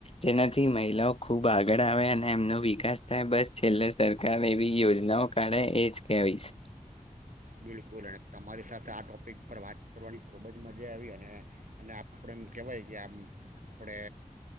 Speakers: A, on the left (about 45°); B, on the right (about 75°).
A: જેનાથી મહિલાઓ ખૂબ આગળ આવે અને એમનો વિકાસ થાય બસ છેલ્લે સરકાર એવી યોજનાઓ કાઢે એજ કેવીશ
B: બિલકુલ અને તમારી સાથે આ ટૉપિક પર વાત કરવાની ખૂબ જ મજા આવી અને અને આપણે એમ કહેવાય કે આમ આપણે